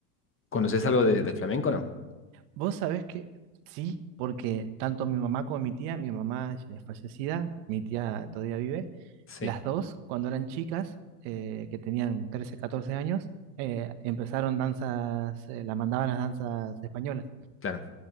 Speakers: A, on the left (about 25°); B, on the right (about 65°).
A: ¿Conoces algo de, del flamenco, no?
B: Vos sabés que sí, porque tanto mi mamá como mi tía, mi mamá ya es fallecida, mi tía todavía vive,
A: Sí,
B: las dos, cuando eran chicas, eh, que tenían 13 14 años, eh, empezaron danzas, eh, las mandaban a las danzas españolas,
A: claro.